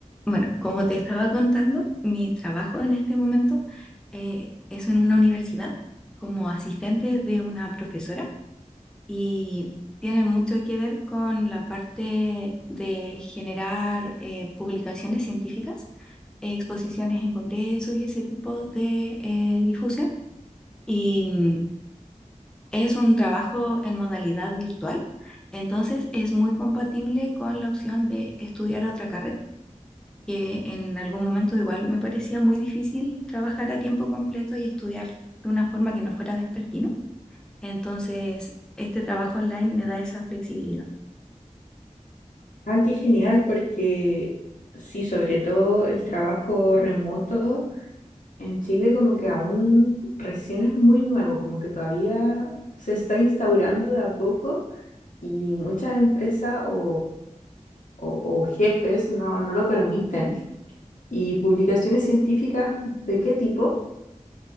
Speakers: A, in the centre; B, on the left.
A: Bueno, como te estaba contando, mi trabajo en este momento eh, es en una universidad como asistente de una profesora y tiene mucho que ver con la parte de generar eh, publicaciones científicas, exposiciones en congresos y ese tipo de eh, difusión. Y mm, es un trabajo en modalidad virtual, entonces es muy compatible con la opción de estudiar otra carrera que en algún momento igual me parecía muy difícil trabajar a tiempo completo y estudiar de una forma que no fuera despertino. Entonces, este trabajo online me da esa flexibilidad.
B: Ah, qué genial, porque sí, sobre todo el trabajo remoto en Chile como que aún recién es muy nuevo, como que todavía se está instaurando de a poco y muchas empresas o, o- o jefes no, no lo permiten. ¿Y publicaciones científicas de qué tipo?